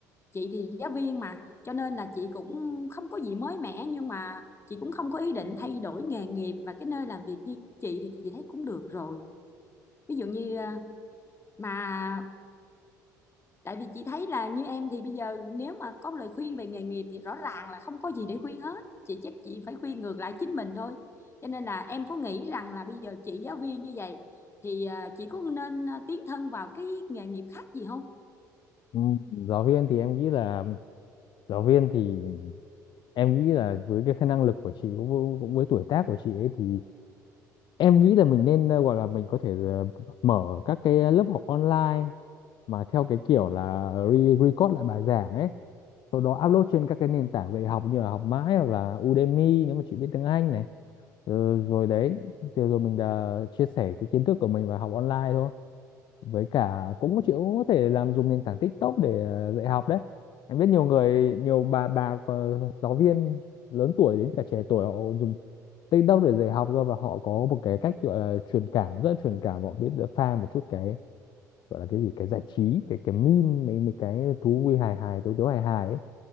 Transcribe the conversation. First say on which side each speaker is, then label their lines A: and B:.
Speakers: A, on the left; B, on the left.
A: chị thì giáo viên mà cho nên là chị cũng không có gì mới mẻ nhưng mà chị cũng không có ý định thay đổi nghề nghiệp và cái nơi làm việc như chị thì chị thấy cũng được rồi ví dụ như ờ, mà tại vì chị thấy là như em thì bây giờ nếu mà có lời khuyên về nghề nghiệp thì rõ ràng là không có gì để khuyên hết chị chắc chị phải khuyên ngược lại chính mình thôi cho nên là em có nghĩ rằng là bây giờ chị giáo viên như vậy thì ờ, chị có nên ờ, tiến thân vào cái nghề nghiệp khác gì không
B: ừ, giáo viên thì em nghĩ là giáo viên thì em nghĩ là với cái khả năng lực của chị cũng với, cũng với tuổi tác của chị ấy thì em nghĩ là mình nên ờ, gọi là mình có thể ờ, mở các cái lớp học online mà theo cái kiểu là re record lại bài giảng ấy sau đó upload trên các cái nền tảng về học như là học mãi hoặc là Udemy nếu mà chị biết tiếng Anh này ừ, rồi đấy thì rồi mình đã chia sẻ cái kiến thức của mình và học online thôi với cả cũng chị cũng có thể làm dùng nền tảng TikTok để ờ, dạy học đấy em biết nhiều người nhiều bà bà ờ, giáo viên lớn tuổi đến cả trẻ tuổi họ dùng TikTok để dạy học cơ và họ có một cái cách gọi là truyền cảm rất là truyền cảm họ biết được pha một chút cái gọi là cái gì cái giải trí cái cái meme mấy mấy cái thú vui hài hài tối tối hài hài ấy